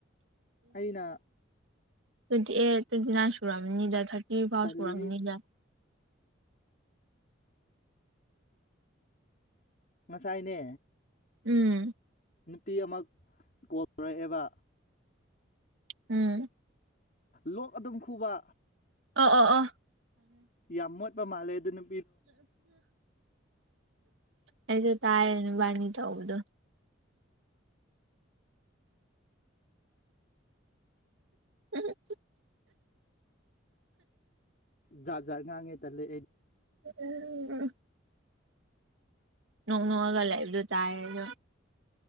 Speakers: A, on the left (about 45°); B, on the right (about 70°).
A: ꯑꯩꯅ
B: ꯇ꯭ꯋꯦꯟꯇꯤ ꯑꯦꯠ ꯇ꯭ꯋꯦꯟꯇꯤ ꯅꯥꯏꯟ ꯁꯨꯨꯔꯔꯕꯅꯤꯗ ꯊꯥꯔꯇꯤ ꯐꯥꯎ
A: ꯇꯜꯂꯤꯍꯦ
B: ꯁꯨꯔꯕꯅꯤꯗ
A: ꯉꯁꯥꯏꯅꯦ
B: ꯎꯝ
A: ꯅꯨꯄꯤ ꯑꯃ ꯀꯣꯔꯛꯑꯦꯕ
B: ꯎꯝ
A: ꯂꯣꯛ ꯑꯗꯨꯝ ꯈꯨꯕ
B: ꯑ ꯑꯣ ꯑ
A: ꯌꯥꯝꯃꯣꯠꯄ ꯃꯥꯂꯦ ꯑꯗꯨꯅ
B: ꯑꯩꯁꯨ ꯇꯥꯏꯅꯕꯥꯅꯤ ꯆꯧꯗꯣ ꯎꯝ
A: ꯖꯖꯔ ꯉꯥꯡꯉꯦ ꯇꯦꯗꯤ
B: ꯎꯝ ꯅꯣꯡ ꯅꯣꯡꯑꯒ ꯂꯩꯕꯗꯣ ꯇꯥꯏꯗ